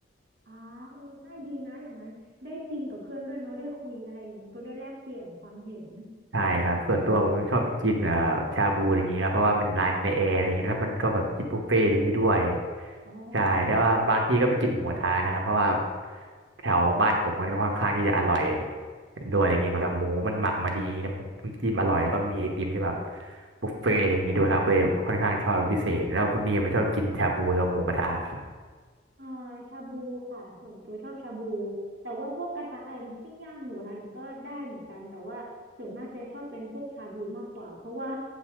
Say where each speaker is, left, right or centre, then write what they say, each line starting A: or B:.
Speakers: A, on the right (about 55°); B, on the right (about 75°).
A: อ่าเออใช่ดีนะอย่างนั้นได้กินกับเพื่อนด้วยเนาะได้คุยอะไรอย่างนี้ก็ได้แลกเปลี่ยนความเห็น
B: ใช่ครับส่วนตัวผมชอบไปกินเอ่อชาบูอะไรอย่างงี้ครับเพราะว่ามันร้านในแอร์อะไรอย่างงี้แล้วมันก็แบบกินบุฟเฟ่ต์อะไรอย่างงี้ด้วย
A: อ๋อ
B: ใช่แต่ว่าบางที่ก็ไปกินหมูกระทะนะครับเพราะว่าแถวบ้านผมมันก็ค่อนข้างที่จะอร่อยด้วยอะไรอย่างงี้แบบหมูมันหมักมาดีน้ำน้ำจิ้มอร่อยแล้วก็มีไอติมที่แบบบุฟเฟ่ต์อะไรอย่างงี้ด้วยครับเลยค่อนข้างชอบเป็นพิเศษแล้วคุณนีมันชอบกินชาบูแล้วหมูกระทะครั
A: อ่าชาบูค่ะส่วนตัวชอบชาบูแต่ว่าพวกกระทะเอ่อปิ้งย่างหนูอะไรอย่างเงี้ยก็ได้เหมือนกันแต่ว่าส่วนมากจะชอบเป็นพวกชาบูมากกว่าเพราะว่า